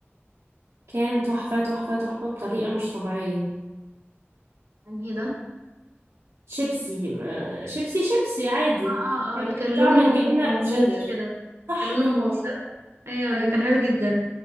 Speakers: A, on the right; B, on the right.
A: كان تحفة تحفة تحفة بطريقة مش طبيعية
B: انهي ده
A: شيبسي ما- شيبسي شيبسي عادي
B: اه اه
A: كان
B: اه اللي كان
A: بطعم
B: لونه
A: الجبنة الشيدر
B: موف كده
A: صح
B: كان لونه
A: برافو
B: موف
A: عليك
B: صح؟ ايوه
A: كان
B: ايوه
A: لونه
B: كان حلو جدا